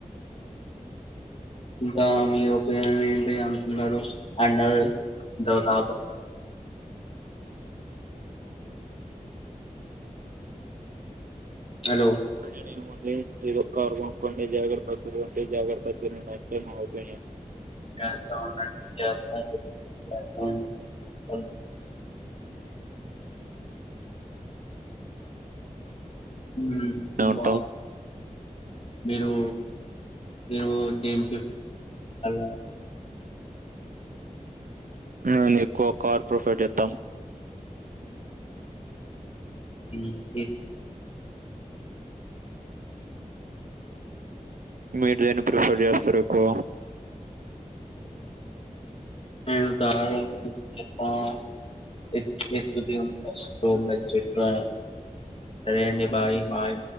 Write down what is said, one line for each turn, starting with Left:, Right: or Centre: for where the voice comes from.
Left: ఇంకా మీ ఒపీనియన్ ఏంటి అనుకున్నారు అండర్ <inaudible> హలో
Right: మా ఒపినియన్ ఏం మున్ ఎదొక్కర్ కొనుకోండి జాగ్రత్త తిరుగండి జాగ్రత్త తినండి అంతే మా ఒపినియన్
Left: జాగ్రత్తగ ఉండండి జాగ్రత్తగ <inaudible> మ్ ఇంకా
Right: ఉంటాం
Left: మీరు మీరు దేని <unintelligible>
Right: నేను ఎక్కువ కార్ ప్రోఫట్ చేద్ధం
Left: మ్ ఏ
Right: మీరు దేన్ని ప్రిఫర్ చేస్తారు ఎక్కువ
Left: నిను కారే ప్రిఫర్ చెత్త ఏద్ ఏకుతే <inaudible> బడ్జెట్లో సరె అండి బాయ్ బాయ్